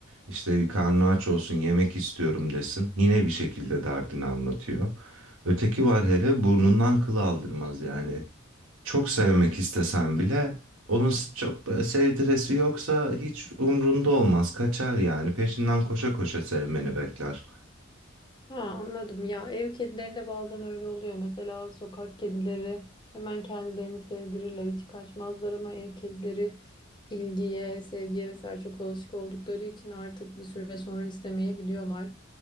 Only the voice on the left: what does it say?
Hı hı.
Ha, anladım ya ev kedilerinde bazen öyle oluyor mesela sokak kedileri hemen kendilerini sevdirirler hiç kaçmazlar ama ev kedileri ilgiye sevgiye vesaire çok alışık oldukları için artık bir süre sonra istemeyebiliyorlar.